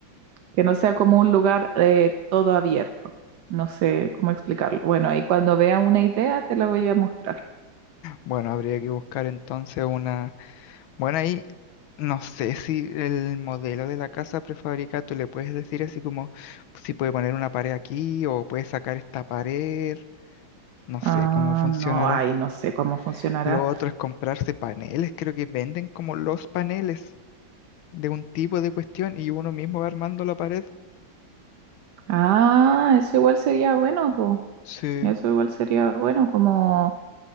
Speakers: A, on the right; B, on the left.
A: Que no sea como un lugar eh, todo abierto. No sé cómo explicarlo. Bueno, ahí cuando vea una idea te la voy a mostrar.
B: Bueno, habría que buscar entonces una... Bueno, ahí no sé si el modelo de la casa prefabricada tú le puedes decir así como si puede poner una pared aquí o puede sacar esta pared, no sé
A: Ah,
B: cómo funcionará.
A: no, ay, no sé cómo funcionará.
B: Lo otro es comprarse paneles, creo que venden como los paneles de un tipo de cuestión y uno mismo va armando la pared.
A: Ah, eso igual sería bueno, pues.
B: Sí,
A: Eso igual sería bueno, como